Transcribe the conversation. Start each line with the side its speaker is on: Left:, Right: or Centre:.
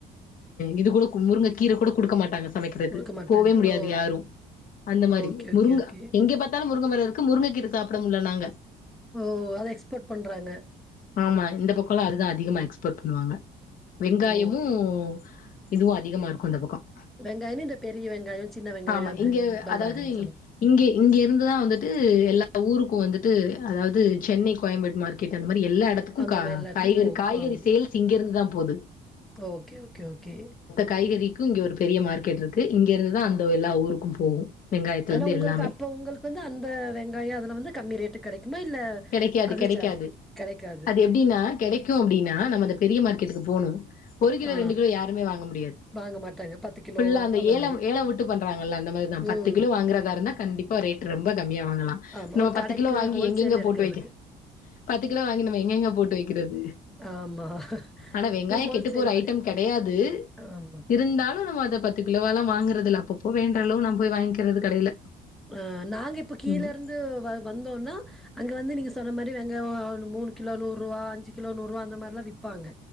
Left: இது கூட முருங்க கீர கூட குடுக்க மாட்டாங்க சமைக்கிறது
Centre: குடுக்க மாட்டாங்க.
Left: போவே முடியாது
Centre: ஓ.
Left: யாரு அந்த மாரி
Centre: ஓகே,
Left: முருங்க
Centre: ஓகே, ஓகே.
Left: எங்கே பாத் த்தாலு முருங்க மரோ இருக்கு முருங்கக்கீர சாப்ட முடியில நாங்க
Centre: ஓ அத எக்ஸ்பர்ட் பண்ணுறாங்க
Left: ஆமா இந்த பக்கலா அதுதா அதிகமா எக்ஸ்போர்ட் பண்ணுவாங்க வெங்காயமும்
Centre: ஓ!
Left: இதுவும் அதிகமாக இருக்கும் அந்த பக்கம்
Centre: வெங்காயம்னு இந்த பெரிய வெங்காய சின்ன வெங்காய
Left: ஆமா
Centre: அது
Left: இங்க
Centre: பல்லாரின்னு
Left: அதாவது
Centre: சொல்லுங்க
Left: இங்க இங்க இருந்துதா வந்துட்டு எல்லா ஊருக்கும் வந்துட்டு அதாவது சென்னை கோயம்பேடு மார்க்கெட் அந்த மாதிரி எல்லா இடத்துக்கும்
Centre: அந்த
Left: கா
Centre: மாரிலாம் இடத்துக்கு
Left: காய்கறி
Centre: போகும்.
Left: காய்கறி
Centre: ஆம்.
Left: சேல் இங்கிருந்துதா போகுது
Centre: ஓகே ஓகே ஓகே
Left: காய்கறிக்கும் இங்க ஒரு பெரிய மார்க்கெட் இருக்கு இங்க இருந்துதா அந்த எல்லா ஊருக்கும் போகு வெங்காயத்துல
Centre: ஆனா
Left: இருந்து
Centre: உங்களுக்கு
Left: எல்லாமே
Centre: அப்ப உங்களுக்கு வந்து அந்த வெங்காயம் அதெல்லா வந்து கம்மி ரேட்டு கிடைக்குமா இல்ல
Left: கிடைக்காது
Centre: அது
Left: கிடைக்காது
Centre: ஜாஸ் கெடைக்காது.
Left: அது எப்டின்னா கிடைக்கும் எப்டின்னா நம்ம அந்த பெரிய மார்க்கெட்டுக்கு போனும் ஒரு கிலோ
Centre: ஆ
Left: ரெண்டு கிலோ யாருமே வாங்க முடியாது
Centre: வாங்க மாட்டாங்க. கிலோ
Left: ஃபுல்லா அந்த ஏழ
Centre: மாரி.
Left: ஏழ விட்டு பண்றாங்கல்ல அந்த மாதிரி தா
Centre: ம்.
Left: பத்து கிலோ வாங்குறதா இருந்தா கண்டிப்பா ரேட் ரொம்ப கம்மியா வாங்கலா.
Centre: ஆமா.
Left: நம்ம
Centre: ஒரு
Left: பத்து
Centre: கடைக்கு
Left: கிலோ வாங்கி
Centre: ஹோல்சேல்
Left: எங்கெங்க
Centre: எடுக்கறதுக்கு.
Left: போட்டு வைக்க பத்து கிலோ வாங்கி நம்ம எங்க எங்க போட்டு வைக்கிறது
Centre: ஆமா.
Left: ஆனா வெங்காய
Centre: இது ஹோல்சேல்
Left: கெட்டு போற
Centre: மாரி.
Left: ஐட்டம் கிடையாது
Centre: ஆமா.
Left: இருந்தாலு நம்ம அத பத்தி பத்து கிலோவ எல்லா வாங்குறதுல்ல அப்போ வேண்றாலளோ நம் போய் வாங்கிக்கிறது கடையில
Centre: அ நாங்க இப்ப கீழே
Left: ம்
Centre: இருந்தூ வந்தோம்னா அங்க வந்து நீங்க சொன்ன மாதிரி வெங்கயம் மூணு கிலோ நூறு ரூவா அஞ்சு கிலோ ரூபா அந்த மாதிரி விற்பாங்க